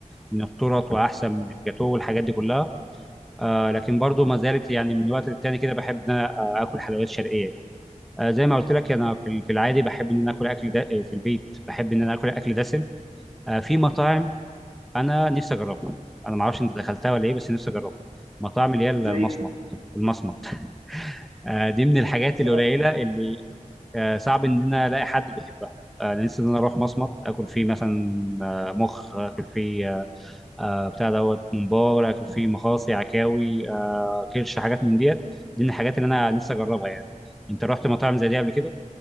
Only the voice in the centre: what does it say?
من التورت واحسن من الجاتو والحاجات دي كلها آه لكن برضو ما زالت يعني من وقت للتاني كده بحب ان انا آه، اكل حلويات شرقيه آه زي ما قلت لك انا في ال- في العادي بحب ان انا اكل اكل دا في البيت بحب ان انا اكل اكل دسم آه في مطاعم انا نفسي اجربها انا ما اعرفش انت دخلتها ولا ايه بس نفسي اجربها مطاعم اللي هي المصمت
المصمت آه، دي من الحاجات
القليله اللي آه، صعب ان انا الاقي حد بيحبها آه، انا نفسي ان انا اروح مصمت اكل فيه مثلا آه، مخ اكل فيه آه، آه، بتاع دوت ممبار اكل فيه مخاصي عكاوي آه، كرش حاجات من ديت دي من الحاجات اللي انا نفسي اجربها يعني انت رحت مطاعم زي دي قبل كده